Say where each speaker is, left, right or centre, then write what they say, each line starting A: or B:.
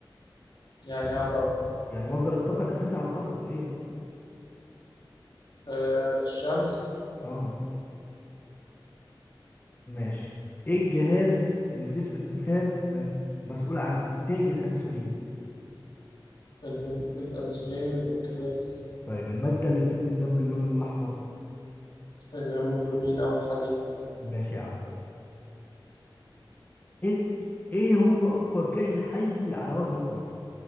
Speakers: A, on the left; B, on the left.
A: يعني إيه على الأرض
B: يعني مصدر الطاقة الأساسي على الأرض إيه؟
A: آه الشمس
B: آه ماشي ايه الجهاز اللي في جسم الانسان من مسؤول عن انتاج الانسولين
A: البن... الأنسولين البنكرياس
B: طيب المادة اللي بتدي الدم اللون الاحمر
A: الهيموجلوبين أو الحديد
B: ماشي يا عم ايه ايه هو اكبر كائن حي على وجه الارض